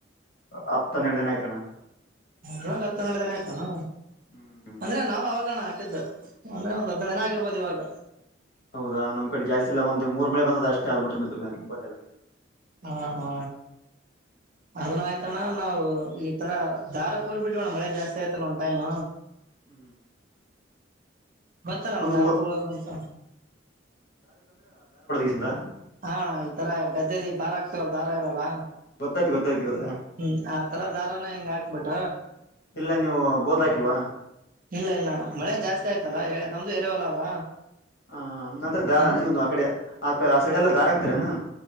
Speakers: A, on the left; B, on the right.
A: ಹತ್ತ ಹನ್ನೆರಡು ದಿನ ಆಯ್ತಣ.
B: ಇವಾಗ ಹತ್ತು ನರಡು ದಿನ ಆಯ್ತಾನ.
A: ಹ್ಮ್
B: ಅಂದ್ರೆ ನಾವ ಅವಾಗಣ ಆ. ಅಂದ್ರೆ ಒಂದ್ ಹದ್ನ ದಿನ ಆಗಿರ್ಬೋದು ಇವಾಗ.
A: ಹೌದಾ ನಮ್ ಕಡೆ ಜಾಸ್ತಿ ಇಲ್ಲ ಒಂದು ಮೂರ್ ಮಳೆ ಬಂದದ ಅಷ್ಟೇ ಆದ್ಬ ಬಿಟ್ರೆ ಮ ಬಂದಿಲ್ಲ.
B: ಹಾ ಹಾ ಹ ನ. ತಣ ನಾವು ಈ ತರ ದಾರ ಕೂರಿ ಬಿಟ್ಟವಣ್ಣ ಮಳೆ ಜಾಸ್ತಿ ಆಯ್ತಲ್ಲ ಒಂದ್ ಟೈಮ್.
A: ಹ್ಮ್
B: ಗತ್ತಲ್ಲಣ
A: ಒಂದು
B: ಧಾರಕುಾಗ ಅಂತ.
A: ಹ. <inaudible>
B: ಹಾ ಈ ತರ ಗದ್ದಲಿ ಭಾರ ಆಗ್ತವಲ್ಲ ದಾರ ಇರಲ್ಲ.
A: ಗೊತ್ತಾಯ್ತ ಗೊ. <inaudible> ಆ
B: ಹ್ಮ್ ಆ ತರ ದಾರಾನ ಹೆಂಗ ಹಾಕ್ಬಿಟ
A: ಇಲ್ಲ ನೀವು ಬೋತ್ ಹಾಕಿಲ್ವಾ
B: ಇಲ್ಲ ಇಲ್ಲ ಅಣ್ಣ ಮಳೆ ಜಾಸ್ತಿ ಆಯ್ತಲ್ಲಾ. ನಮ್ದು ಎರರೆವಲ್ಲ ಅಲ್ಲ
A: ಹ ಹಂಗಂದ್ರೆ ದಾರ
B: ಅಂದ್ರೆ
A: ನೀ ಆ ಕಡೆ ಆ ಆ ಸೈಡೆ ಎಲ್ಲಾ ದಾರ ಆಗ್ತೀರನು.